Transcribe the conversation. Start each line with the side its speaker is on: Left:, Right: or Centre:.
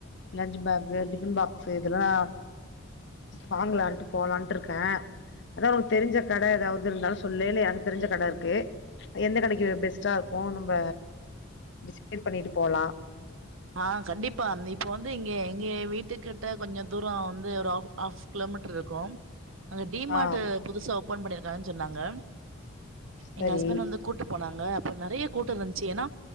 Left: lunch bag tiffin box இதெல்லா வாங்கலான்ட்டு போலான்ட்ருக்கே அதா ஒனக் தெரிஞ்சக் கட எதாவ்து இருந்தாலு சொல்லே இல்ல எனக் தெரிஞ்ச கட இருக்கு எந்த கடைக் க பெஸ்ட்டாருக்கு நம்ப டிசைட் பண்ணிட்டு போலா
Right: ஆ கண்டிப்பா இப்ப வந்து இங்க எங்க வீட்டுக்கிட்ட கொஞ்சந் தூர வந்து ஒரு ஆஃப் ஆஃப் கிலோமீட்ருக்கு அங்க டி மார்ட்டு
Left: ஆ
Right: புதுசா ஓப்பன் பண்ணிருக்காங்கன் சொன்னாங்க
Left: சரி
Right: எங்க ஹஸ்பண்ட் வந்துக் கூட்டு போனாங்க அப்ப நெறைய கூட்டோ இருஞ்ச்சி ஏனா